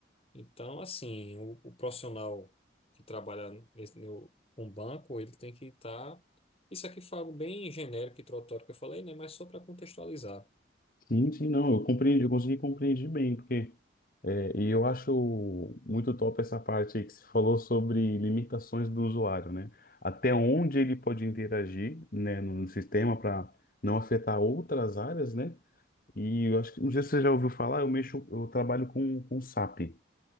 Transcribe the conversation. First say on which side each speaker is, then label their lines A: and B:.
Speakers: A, on the left; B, on the left.
A: Então, assim, o, o profissional que trabalha nesse, no, com banco, ele tem que estar. Isso aqui foi algo bem genérico e introdutório que eu falei, né? Mas só para contextualizar.
B: Sim, sim, não. Eu compreendi, eu consegui compreender bem, porque. É, e eu acho muito top essa parte aí que você falou sobre limitações do usuário, né? Até onde ele pode interagir, né, no, no sistema para não afetar outras áreas, né? E eu acho que, não sei se você já ouviu falar, eu mexo, eu trabalho com, com SAP,